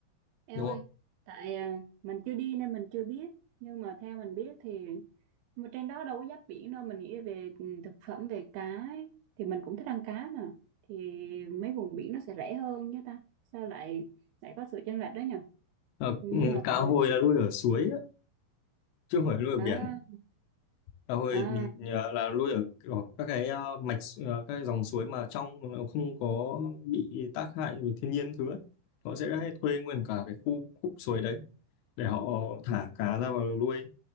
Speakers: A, on the right; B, on the left.
A: Eo
B: đúng
A: ơi,
B: không
A: tại à, mình chưa đi nên mình chưa biết nhưng mà theo mình biết thì mà trên đó đâu có giáp biển đâu mình nghĩ về ừ, thực phẩm về cá ấy. Thì mình cũng thích ăn cá mà thì mấy vùng biển nó sẽ rẻ hơn chứ ta sao lại lại có sự chênh lệch đó nhỉ
B: Ờ,
A: nhưng
B: ừ,
A: mà
B: cá
A: ừ,
B: hồi là nuôi ở suối á, chứ không phải nuôi ở biển
A: à,
B: cá hồi
A: à,
B: mình ờ, là nuôi ở kiểu các cái ờ, mạch ờ, các cái dòng suối mà trong nó không có bị tác hại của thiên nhiên thứ ấy. họ sẽ hay thuê nguyên cả cái khu khúc suối đấy để họ thả cá ra vào nuôi